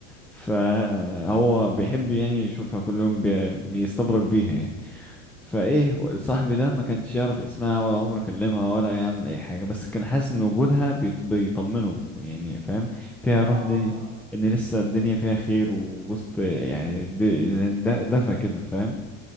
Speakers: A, in the centre; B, on the right.
A: فهو بيحب يعني يشوفها كل يوم بي- بيستبرك بيها يعني فايه صاحبي ده ما كانش يعرف اسمها ولا عمره كلمها ولا يعمل اي حاجة بس كان حاسس ان وجودها بيط- بيطمنه يعني فاهم فيها
B: اه اه
A: روح دي
B: اه,
A: ان لسه الدنيا فيها خير ووسط يعني د- زي د- دفى كده فاهم